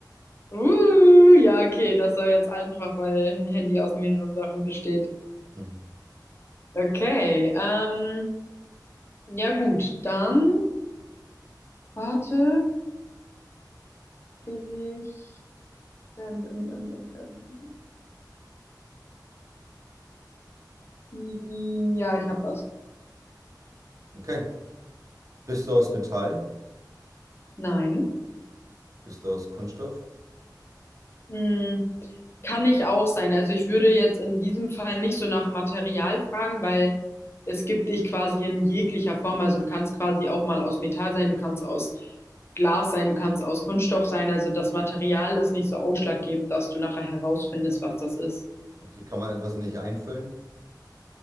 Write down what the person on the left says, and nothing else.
Uh, ja, okay, das war jetzt einfach, weil ein Handy aus mehreren Sachen besteht.
Okay, ähm, ja gut, dann warte, ich, ähm, ähm, ähm, ähm, ähm, Ja, ich habe was.
Nein.
Hm, Kann ich auch sein. Also ich würde jetzt in diesem Fall nicht so nach Material fragen, weil es gibt dich quasi in jeglicher Form. Also du kannst quasi auch mal aus Metall sein, du kannst aus Glas sein, du kannst aus Kunststoff sein. Also das Material ist nicht so ausschlaggebend, dass du nachher herausfindest, was das ist.